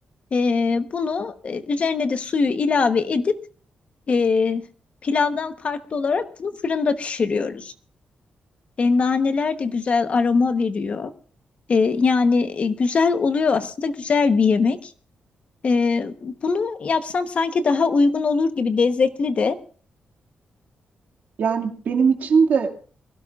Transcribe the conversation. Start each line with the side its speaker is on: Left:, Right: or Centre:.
Left: E, bunu e, üzerine de suyu ilave edip e, pilavdan farklı olarak bunu fırında pişiriyoruz. E, naneler de güzel aroma veriyor. E, yani e, güzel oluyor aslında güzel bir yemek. Ee, bunu yapsam sanki daha uygun olur gibi lezzetli de.
Right: Yani benim için de